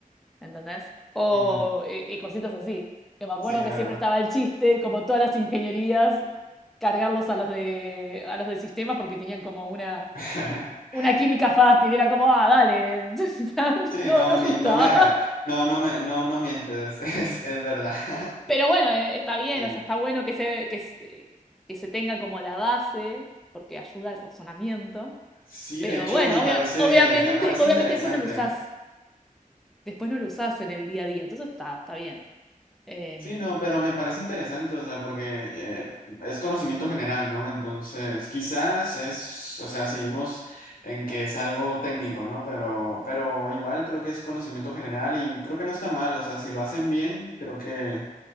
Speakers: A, in the centre; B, on the left.
A: ¿entendés? O,
B: ujú.
A: y, y cositas así. Que me acuerdo
B: Sí, claro.
A: que siempre estaba el chiste, como todas las ingenierías, cargarlos a los de, a los de sistemas porque tenían como una,
B: <laughs>
A: una química fácil. Era como, ah, dale, <laughs>
B: Sí,
A: no,
B: no,
A: no
B: ni,
A: justa.
B: no me dejan. No, no me, no, no mientes, <laughs> es, es verdad. <laughs>
A: Pero bueno, eh, está bien,
B: Sí.
A: o sea, está bueno que se, que, se- que se tenga como la base, porque ayuda al razonamiento.
B: Sí,
A: Pero
B: de hecho
A: bueno,
B: me parece,
A: obvia- obviamente,
B: me parece
A: obviamente
B: interesante.
A: después no lo usás, después no lo usás en el día a día, entonces está, está bien. Em,
B: Sí, no, pero me parece interesante, o sea, porque eh, es conocimiento general, ¿no? Entonces, quizás es, o sea, seguimos en que es algo técnico, ¿no? Pero, pero igual creo que es conocimiento general y creo que no está mal, o sea, si lo hacen bien, creo que